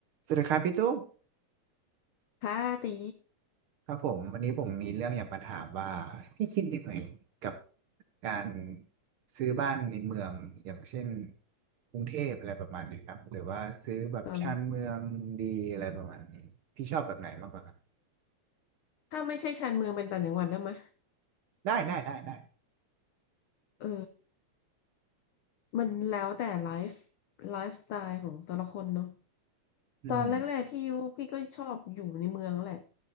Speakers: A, on the right (about 60°); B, on the left (about 85°).
A: สวัสดีครับพี่ตุ้ม
B: ค่ะตี
A: ครับผมวันนี้ผมมีเรื่องอยากมาถามว่าพี่คิดยังไงกับการซื้อบ้านในเมืองอย่างเช่นกรุงเทพอะไรประมาณนี้ครับหรือว่าซื้อแบบชานเมืองดีอะไรประมาณนี้พี่ชอบแบบไหนมากกว่าครับ
B: เออถ้าไม่ใช่ชานเมืองเป็นต่างจังหวัดได้ไหม
A: ได้ได้ได้ได้
B: เออมันแล้วแต่ไลฟ์ไลฟ์สไตล์ของแต่ละคนเนาะ
A: อืม
B: ตอนแรกๆพี่ยุพี่ก็ชอบอยู่ในเมืองแหละ